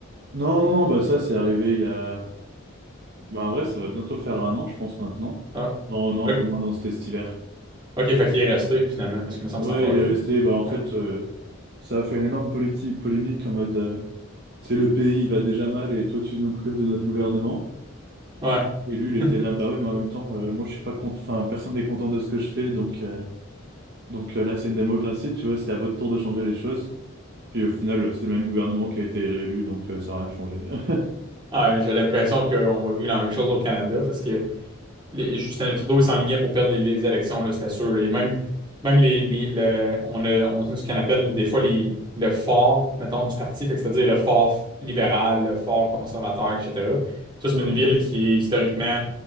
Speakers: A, on the right; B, on the right.
A: Non, non, non, bah ça, c'est arrivé il y a... Bah, en vrai, ça va bientôt faire un an, je pense, maintenant.
B: Ah.
A: Non, non,
B: OK.
A: un peu moins, dans c'était cet hiver.
B: OK, fait qu'il est resté, finalement, parce qu'il me semble
A: Ouais,
B: que c'est encore
A: il
B: lui.
A: est resté, bah en fait,
B: Ouais.
A: euh, ça a fait une énorme politi- polémique en mode... euh, Tu sais, le pays, il va déjà mal et toi, tu nous prives de notre gouvernement.
B: Ouais.
A: Et lui, il était
B: <laughs>
A: là, bah ouais, mais en même temps, euh, moi, je suis pas content, enfin, personne n'est content de ce que je fais, donc, euh, donc euh, là, c'est une démocratie, tu vois, c'est à votre tour de changer les choses. Puis au final, euh, c'est le même gouvernement qui a été réélu, donc euh, ça n'a rien changé. <laughs>
B: Ouais, j'ai l'impression qu'on va vivre la même chose au Canada parce que les- Justin Trudeau, il s'enlignait pour perdre les, les élections, là, c'était sûr. là. Et même, même les, les- le- on a, on a ce qu'on appelle des fois les, le fort, mettons, du parti, fait que c'est-à-dire le fort libéral, le fort conservateur, etc. Ça, c'est
A: Ouais.
B: une ville qui est historiquement